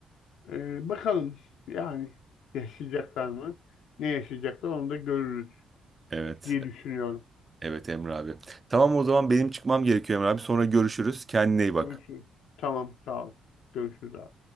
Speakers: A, on the left; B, on the right.
A: Ee, bakalım yani yaşayacaklar mı? Ne yaşayacaklar onu da görürüz
B: Evet,
A: diye düşünüyorum.
B: evet Emre abi. Tamam o zaman benim çıkmam gerekiyor Emre abi. Sonra görüşürüz. Kendine iyi bak.
A: Görüşürüz. Tamam, sağ ol. Görüşürüz abi.